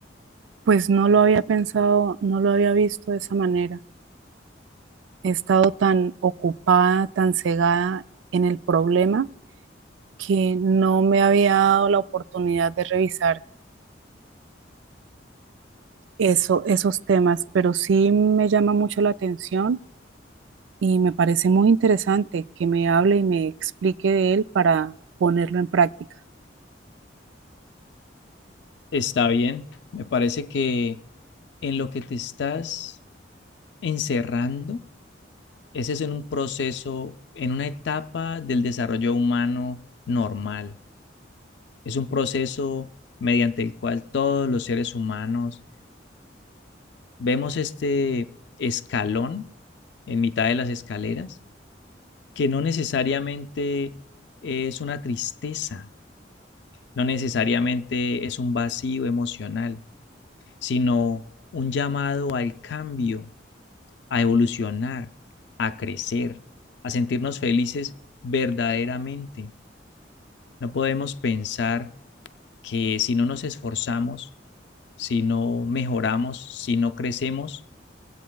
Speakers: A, on the right (about 85°); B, on the left (about 65°).
A: Pues no lo había pensado, no lo había visto de esa manera. He estado tan ocupada, tan cegada en el problema que no me había dado la oportunidad de revisar eso, esos temas, pero sí me llama mucho la atención y me parece muy interesante que me hable y me explique de él para ponerlo en práctica.
B: Está bien. Me parece que en lo que te estás encerrando, ese es en un proceso, en una etapa del desarrollo humano normal. Es un proceso mediante el cual todos los seres humanos vemos este escalón en mitad de las escaleras que no necesariamente es una tristeza, no necesariamente es un vacío emocional, sino un llamado al cambio, a evolucionar, a crecer, a sentirnos felices verdaderamente. No podemos pensar que si no nos esforzamos, si no mejoramos, si no crecemos,